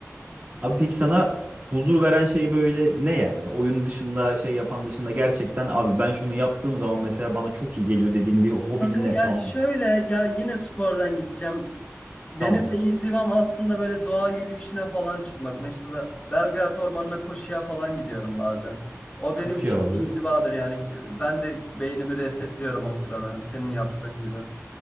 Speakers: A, on the right (about 35°); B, on the left (about 25°).
A: Abi peki sana huzur veren şey böyle ne yani? Oyun dışında şey yapan dışında gerçekten abi ben şunu yaptığım zaman mesela bana çok iyi geliyor dediğin bir hobin
B: Kanka
A: ne?
B: ya
A: Tamam.
B: şöyle ya yine spordan gideceğim. Benim
A: Tamam.
B: de inzivam aslında böyle doğa yürüyüşüne falan çıkmak. Mesela Belgrad Ormanı'na koşuya falan gidiyorum bazen. O
A: Çok
B: benim için
A: iyi abi.
B: bir inzivadır yani. Ben de beynimi resetliyorum o sırada senin yaptığın gibi.